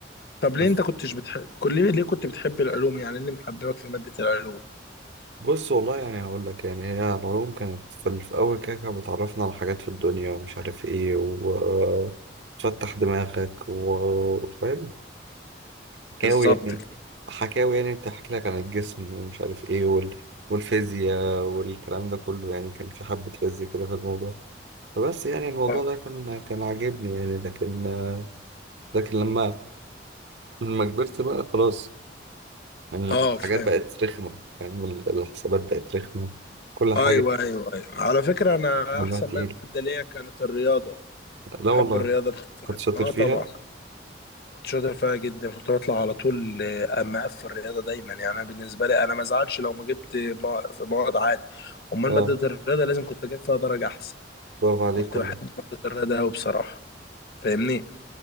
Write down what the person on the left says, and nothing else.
طب ليه
انت كنتش بتحب كل ليه ليه كنت بتحب العلوم يعني إيه اللي محببك في مادة العلوم
بالظبط
كده
اه
آه،
فاهم
ايوه ايوه ايوه على فكرة انا
احسن
مادة ليا كانت الرياضة
بحب
الرياضة أنت
فاهم؟
اه
طبعا كنت شاطر فيها جدا كنت بطلع على طول آه، مقفل الرياضه دايما يعني انا بالنسبه لي انا ما ازعلش لو ما جبت مو- في مواد عادي امال
ماده الرياضه لازم كنت اجيب فيها درجه احسن
كنت
بحب ماده الرياضه قوي بصراحه فاهمني